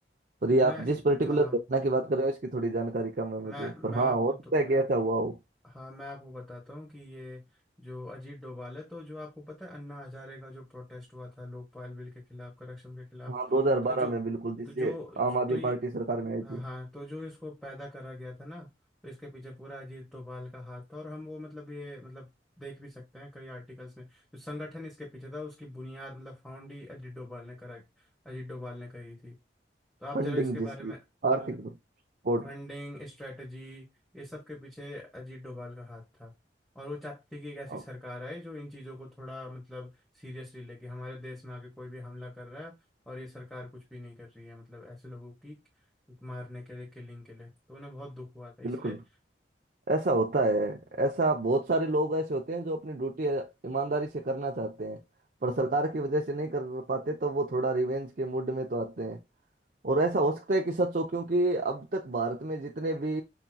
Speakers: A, on the right; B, in the centre.
A: पर ये आप
B: मैं
A: जिस
B: इ-
A: पर्टिकुलर
B: हाँ हाँ
A: घटना की बात कर रहे हो इसकी थोड़ी जानकारी कम है मुझे
B: मैं मैं
A: पर हाँ
B: आपको
A: हो
B: तो
A: सकता है कि ऐसा हुआ हो
B: हाँ मैं आपको बताता हूँ कि ये जो अजीत डोभाल है तो जो आपको पता है अन्ना हजारे का जो प्रोटेस्ट हुआ था लोकपाल बिल के खिलाफ करप्शन के खिलाफ
A: हाँ 2012
B: तो जो
A: में बिल्कुल जिससे
B: तो जो
A: आम आदमी
B: तो ये
A: पार्टी सरकार में आई
B: हाँ
A: थी
B: हाँ तो जो इसको पैदा करा गया था ना तो इसके पीछे पूरा अजीत डोभाल का हाथ था और हम वो मतलब ये मतलब देख भी सकते हैं कई आर्टिकल्स में जो संगठन इसके पीछे था उसकी बुनियाद मतलब फाउंड ही अजीत डोभाल ने करा अजीत डोभाल ने करी थी तो आप
A: फंडिंग
B: जरा इसके
A: जिसकी
B: बारे में
A: आर्थिक सपोर्ट
B: फंडिंग स्ट्रेटजी ये सब के पीछे अजीत डोभाल का हाथ था और वो चाहते थे कि एक ऐसी
A: हाँ,
B: सरकार आए जो इन चीज़ों को थोड़ा मतलब सीरियसली लेके हमारे देश में आके कोई भी हमला कर रहा है और ये सरकार कुछ भी नहीं कर रही है मतलब ऐसे लोगों की मारने के लिए किलिंग के लिए तो उन्हें बहुत दुख हुआ था इसलिए
A: बिल्कुल ऐसा होता है ऐसा बहुत सारे लोग ऐसे होते हैं जो अपनी ड्यूटी ईमानदारी से करना चाहते हैं पर सरकार की वजह से नहीं कर पाते तो वो थोड़ा रिवेंज के मूड में तो आते हैं और ऐसा हो सकता है कि सच हो क्योंकि अब तक भारत में जितने भी